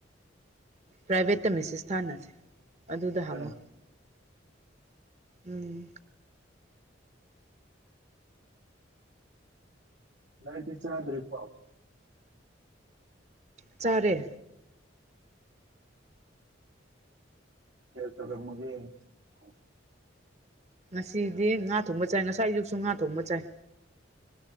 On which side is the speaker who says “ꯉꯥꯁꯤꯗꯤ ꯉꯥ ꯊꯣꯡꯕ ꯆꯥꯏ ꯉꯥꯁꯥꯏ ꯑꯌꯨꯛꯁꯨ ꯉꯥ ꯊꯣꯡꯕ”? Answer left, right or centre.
Right